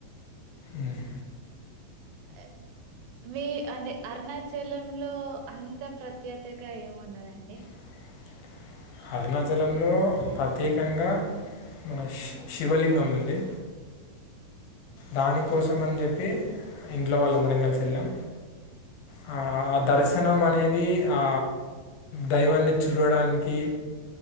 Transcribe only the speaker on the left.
మ్మ్.
అవు అరుణాచలంలో ప్రత్యేకంగా మన శి శివలింగం ఉంది దానికోసం అని చెప్పి ఇంట్లో వాళ్ళు అందరం కలిసి వెళ్ళాం ఆ దర్శనం అనేది ఆ దైవాన్ని చూడడానికి